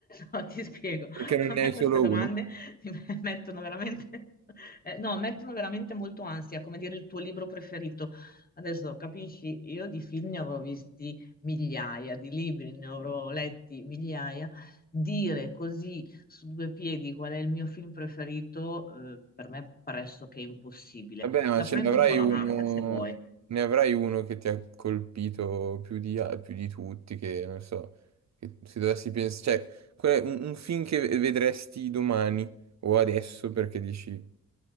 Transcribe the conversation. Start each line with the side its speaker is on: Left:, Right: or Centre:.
Left: No, ti spiego.
Right: Perché non
Left: A
Right: ne
Left: me
Right: hai solo
Left: queste domande
Right: uno?
Left: mi me- mettono veramente, eh, no, mettono veramente molto ansia, come dire il tuo libro preferito. Adesso capisci, io di film ne avrò visti migliaia, di libri ne avrò letti migliaia. Dire così su due piedi qual è il mio film preferito, eh, per me è pressoché impossibile.
Right: Vabbè, ma
Left: La
Right: ce
Left: prendo
Right: ne avrai
Left: un po' alla
Right: uno,
Left: larga, se vuoi.
Right: ne avrai uno che ti ha colpito più di, a- più di tutti, che non so, che se dovessi pensare, cioè, qual è un, un film che vedresti domani o adesso perché dici,